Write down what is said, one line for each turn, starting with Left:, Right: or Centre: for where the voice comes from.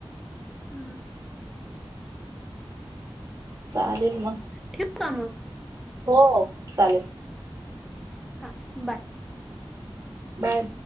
Centre: ह.
Right: चालेल मग.
Centre: ठेवू का मग
Right: हो चालेल.
Centre: हां बाय.
Right: बाय.